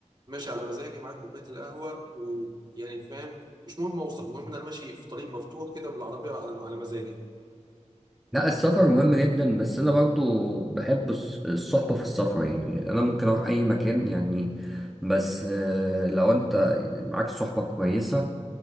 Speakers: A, on the right (about 35°); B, in the centre.
A: ماشي على مزاجي معايا كوبايه القهوه ويعني فاهم مش مهم اوصل المهم ان انا ماشي في طريق مفتوح كده بالعربيه على على مزاجي
B: لا السفر مهم جدا بس انا برضو بحب الص- الصحبة في السفر يعني انا ممكن اروح اي مكان يعني بس آه، لو انت معاك صحبة كويسة